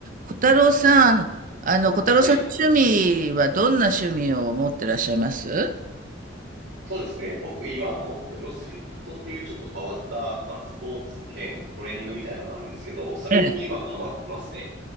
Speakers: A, on the right (about 45°); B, on the right (about 85°).
A: 小太郎さん、あの、小太郎さんの趣味はどんな趣味を持ってらっしゃいます
B: はい、そうですね。僕今あの、クロスフィットっていうちょっと変わった、まあスポーツ兼トレーニングみたいなのがあるんですけど、それに今ハマってますね。
A: ええ。